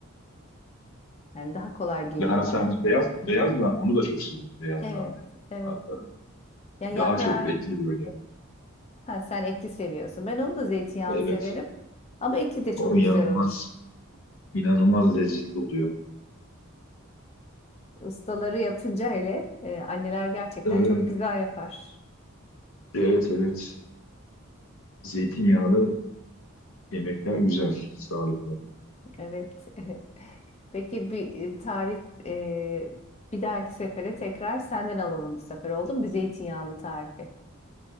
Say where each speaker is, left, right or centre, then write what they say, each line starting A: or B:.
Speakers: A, on the left; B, on the left.
A: Yani daha kolay geliyor
B: lahana
A: bana.
B: sarması beyaz beyaz da onu da çok seviyorum. Beyaz
A: Evet,
B: lahanayı.
A: evet.
B: Hatta
A: Ya yaprağı
B: daha çok etli böyle.
A: ha, sen etli seviyorsun. Ben onu da zeytinyağlı
B: Evet.
A: severim. Ama etli de çok
B: O inanılmaz
A: güzel olur.
B: inanılmaz lezzetli oluyor.
A: Ustaları yapınca hele e, anneler gerçekten
B: Evet
A: çok güzel yapar.
B: evet. evet. Zeytinyağlı yemekler güzel, sağlıklı.
A: Evet. <laughs> Peki bir e, tarif e, bir dahaki sefere tekrar senden alalım bu sefer oldu mu? Bir zeytinyağlı tarifi.